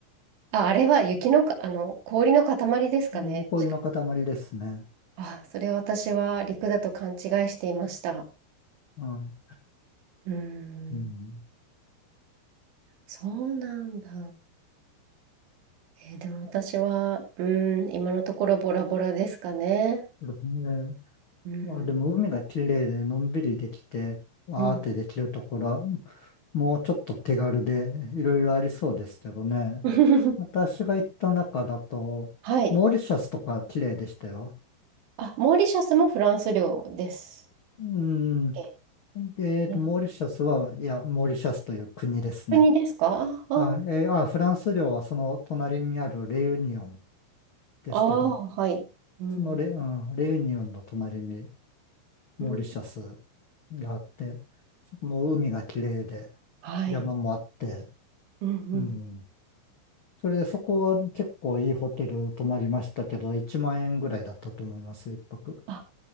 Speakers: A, on the right; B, on the left.
A: あ、あれは雪のか、あの、氷の塊ですかね。
B: えー氷の塊ですね。
A: 確かあ、それ私は陸だと勘違いしていました。
B: うん、
A: うーん、
B: うん、
A: そうなんだ。えーでも私は、うーん、今のところボラボラですかね。
B: ええ
A: うん、
B: まあでも海が綺麗でのんびりできて、わーってできるところは、
A: うん。
B: もうちょっと手軽でいろいろありそうですけどね。
A: <laughs>
B: 私が行った中だと、
A: はい。
B: モーリシャスとか綺麗でしたよ。
A: あ、モーリシャスもフランス領です。
B: うん。
A: え、
B: えーと、
A: ね
B: モーリシャスは、いや、モーリシャスという国ですね。
A: 国ですかあ
B: あ、えーあ、フランス領はその隣にあるレユニオンですけど、
A: あー、はい。うん。
B: そのレ、うん、レユニオンの隣にモーリシャス
A: うん
B: があって、そこも海が綺麗で、
A: はい。
B: 山もあって、
A: うんうん。
B: うん。それでそこは結構いいホテル泊まりましたけど、1万円ぐらいだったと思いますよ、一泊。
A: あ、